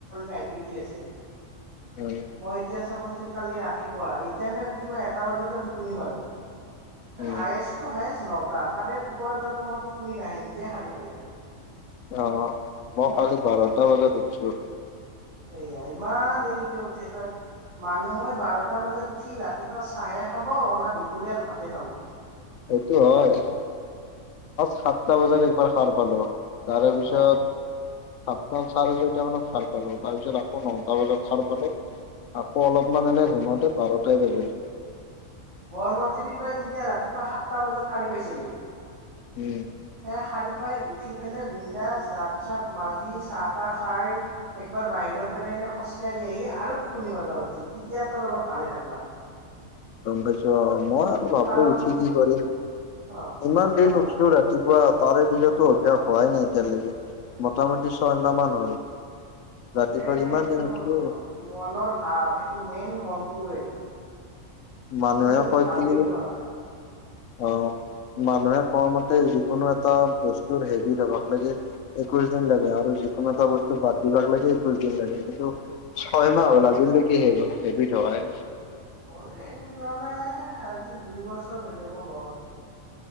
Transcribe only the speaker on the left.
উম
উম
অঁ মই কালি বাৰটা বজাত উঠিছো
সেইটো হয় সাতটা বজাত একবাৰ সাৰ পালো তাৰে পিছত
সাতটা চাৰে ছয়টা মানত সাৰ পালো তাৰ পিছত আকৌ নটা বজাত চাৰ পালো আকৌ অলপমান এনে ঘোমাতে বাৰটাই বাজিল
উম
গম পাইছো অঁ মই আৰু ভাবিলো
উঠি কি কৰিম
ইমান দিন
উঠিলো ৰাতিপুৱা তাৰে পিছতো অভ্যাস হোৱাই নাই এতিয়ালৈকে মোটামুটি ছয় মাহ মান হ'ল ৰাতিপুৱা
কিমান
দিন উঠিলো
মানুহে
কই
অঁ মানুহে কোৱা মতে যিকোনো এটা বস্তুৰ হেভি থ হবাক লাগে একৈশ দিন লাগে আৰু যিকোনো এটা বস্তু বাদ দিবাক লাগে একৈশ দিন লাগে কিন্তু ছয় মাহ হল আজিলৈকে হেভি থ হয়